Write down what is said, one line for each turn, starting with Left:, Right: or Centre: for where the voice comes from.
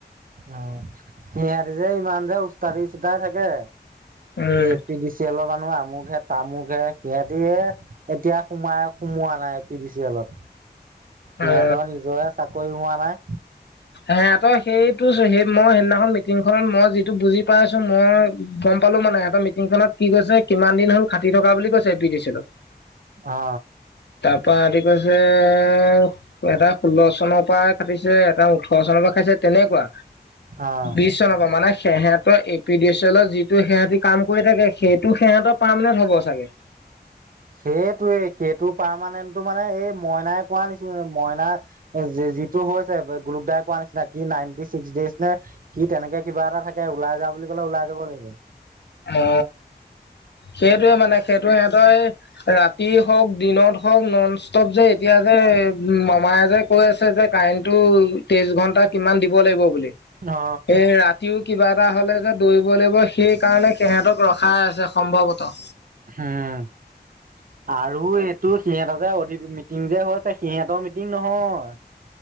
Right: অ হিহাতি যে ইমান যে ওস্তাদি সুদাই থাকে
Left: um
Right: A P D C চিয়েলৰ মানুহ আমুক হে তামুক হে সিহঁতিয়ে, এতিয়া সোমাই সোমোৱা নাই এ পি ডি চি এলত। সিহঁতৰ
Left: অ
Right: নিজৰে চাকৰি হোৱা নাই।
Left: হে তই সেইটো সেই মই সেইদিনাখন মিটিংখনত মই যিটো বুজি পাইছো মই গম পালো মানে এটা মিটিং খনত কি কৈছে কিমান দিন হল খাটি থকা বুলি কৈছে এ পি দি চি এলত।
Right: অ।
Left: তাৰ পা সিহঁতি কৈছে এ এটা ষোল্ল চনৰ পৰাই খাতিছে। এটা ওঠৰ চনৰ পৰা খাটিছে তেনেকুৱা
Right: অ
Left: বিশ চনৰ পৰা মানে হিহতৰ এ পি ডি চি এলৰ যিটো সিহঁতি কাম কৰি থাকে সেইটো সিহঁতৰ পাৰমানেণ্ট হ'ব চাগে,
Right: সেইটোৱে সেইটো পাৰমানেণ্টটো মানে এই মইনাই কোৱা নিচিনা মইনাৰ, যি যিটো হৈছে গুলুকদায় কোৱা নিচিনাই কি নাইনটি ছিক্স ডেইজ নে, কি তেনেকে কিবা এটা থাকে ওলাই যা বুলি ক'লে ওলাই যাব লাগিব,
Left: অ সেইটোৱে মানে সেইটো সিহঁতৰ, এ ৰাতি হওক দিনত হওক নন ষ্টপ যে এতিয়া যে মামায় যে কৈ আছে যে কাৰেণ্টটো তেইশ ঘন্টা কিমান দিব লাগিব বুলি।
Right: অ'
Left: এ ৰাতিও কিবা এটা হলে যে দৌৰিব লাগিব সেই কাৰণে সিহঁতক ৰখাই আছে সম্ভৱত।
Right: উম আৰু এইটো সিহঁত যে অধি মিটিং যে হৈছে সিহেত মিট- টিঙ নহয়